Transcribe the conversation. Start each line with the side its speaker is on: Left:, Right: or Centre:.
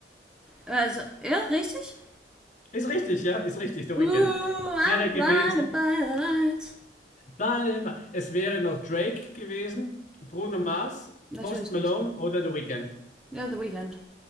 Centre: Also, ja, richtig?
Left: Ist richtig, ja, ist richtig, The Weeknd.
Centre: Ooh, I'm
Left: Wäre gewesen.
Centre: blinded by lights.
Left: <laughs> Es wäre noch Drake gewesen, Bruno Mars,
Centre: Natürlich
Left: Post Malone
Centre: nicht.
Left: oder The Weeknd.
Centre: Ja, The Weeknd.